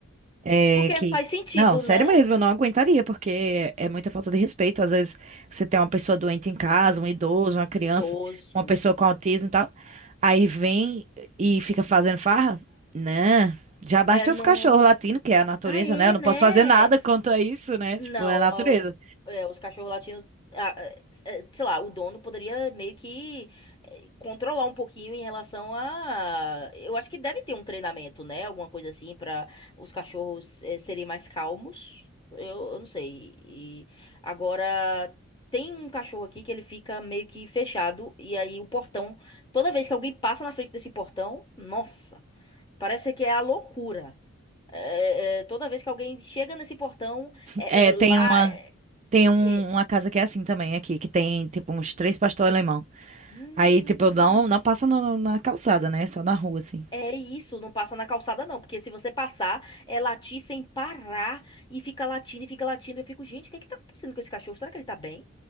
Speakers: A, on the right; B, on the left.
A: é,
B: Porque
A: que...
B: faz sentido,
A: Não, sério
B: né?
A: mesmo, eu não aguentaria, porque é muita falta de respeito. Às vezes você tem uma pessoa doente em casa, um idoso, uma criança,
B: Idoso.
A: uma pessoa com autismo e tal. Aí vem e fica fazendo farra? Né? Já basta
B: É no.
A: os cachorros latindo, que é a natureza,
B: Aê,
A: né? Eu não
B: né?
A: posso fazer nada quanto a isso, né?
B: Não,
A: Tipo, é a natureza.
B: a- o- é, os cachorros latinos, a- é, é, sei lá, o dono poderia meio que é, controlar um pouquinho em relação a. Eu acho que deve ter um treinamento, né? Alguma coisa assim para os cachorros é, serem mais calmos. Eu, eu não sei. E agora tem um cachorro aqui que ele fica meio que fechado e aí o portão, toda vez que alguém passa na frente desse portão, nossa. Parece que é a loucura. É, é, é, toda vez que alguém chega nesse portão, é,
A: É,
B: é lá.
A: tem uma,
B: É,
A: tem um-
B: é,
A: uma casa que é assim também aqui, que tem tipo uns três pastor alemão.
B: hum,
A: Aí, tipo, eu não, não passa no- na calçada, né? Só na rua, assim.
B: é isso, não passa na calçada, não. Porque se você passar, é latir sem parar e fica latindo e fica latindo. Eu fico, gente, o que é que tá acontecendo com esse cachorro? Será que ele tá bem?